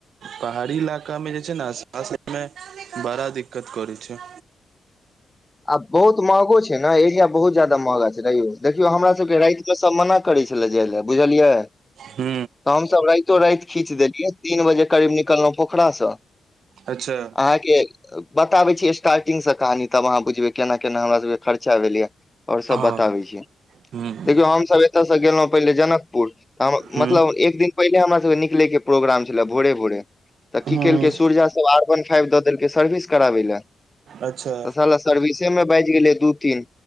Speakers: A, on the right (about 65°); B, on the left (about 20°).
A: पहाड़ी इलाका मे जे छै ने सा मे बड़ा दिक्कत करै छै
B: आब बहुत महगो छै ने एरिया बहुत जादा महगा छै रयौ देखियौ हमरा सबके सब मना करै छलै जाय लए बुझलियै
A: हू
B: तऽ हमसभ राइतो रात खींच देलियै तीन बजे करीब निकललहुँ पोखरासँ
A: अच्छा
B: अहाँके बताबै छी स्टार्टिंग से कहानी तब अहाँ बुझबै केना केना हमरा सबके खर्चा भेल या आओर सब
A: हँ
B: बताबै छी
A: ह्म
B: देखियौ हमसभ एतयसँ गेलहुँ पहिले जनकपुर तऽ हम
A: ह्म
B: मतलब एक दिन पहिले हमरासभके निकलैके प्रोग्राम छलै भोरे भोरे तऽ की
A: ह्म
B: केलकै सूुर्या सब आर वन फाइव दऽ देलकै सर्विस कराबै लए
A: अच्छा
B: तऽ स सर्विसे मे बाजि गेलै दू तीन